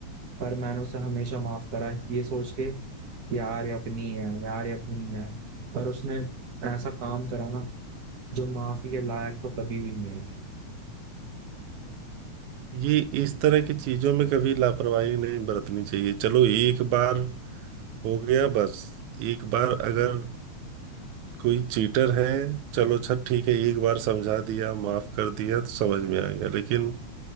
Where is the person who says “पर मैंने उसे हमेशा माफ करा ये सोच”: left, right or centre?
Right